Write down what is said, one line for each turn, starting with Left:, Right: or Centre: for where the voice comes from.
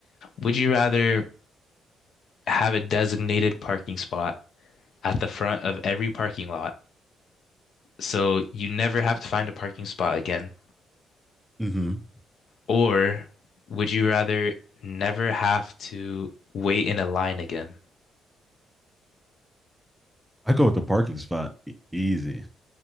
Left: Would you rather have a designated parking spot at the front of every parking lot so you never have to find a parking spot again,
Centre: hmm
Left: Or would you rather never have to wait in a line again?
Centre: I go with the parking spot e- easy.